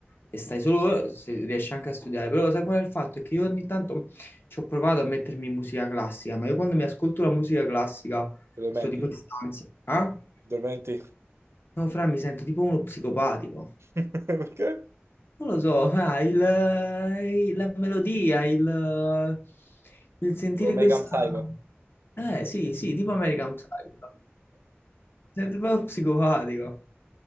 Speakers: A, on the left (about 55°); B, on the right (about 85°).
A: e stai solo, se riesci anche a studiare, però sai qual è il fatto? È che io ogni tanto ci ho provato a mettermi musica classica, ma io quando mi ascolto la musica classica,
B: Ti dormenti.
A: sto tipo in stanza, eh?
B: Ti dormenti.
A: No, Fra, mi sento tipo uno psicopatico.
B: <laughs> Perché?
A: Non lo so, <laughs> ah, il- eh, la melodia, il, eh, il sentire
B: Tipo American
A: questa...
B: Psycho.
A: Eh, sì, sì, tipo American Psycho. Mi Sento proprio psicopatico.